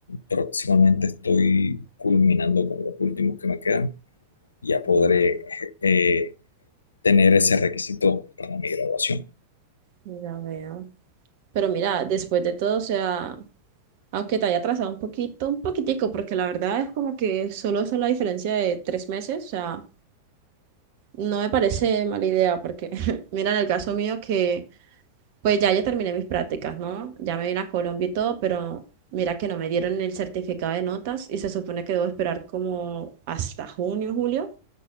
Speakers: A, on the left; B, on the right.
A: Próximamente estoy culminando con los últimos que me quedan. Ya podré
B: Mm,
A: eh, tener ese requisito para mi graduación.
B: Ya veo. Pero mira, después de todo, o sea, aunque te haya atrasado un poquito, un poquitico, porque la verdad es como que solo es la diferencia de tres meses, o sea, no me parece mala idea, porque <laughs> mira en el caso mío que Pues ya yo terminé mis prácticas, ¿no? Ya me vine a Colombia y todo, pero mira que no me dieron el certificado de notas y se supone que debo esperar como hasta junio, julio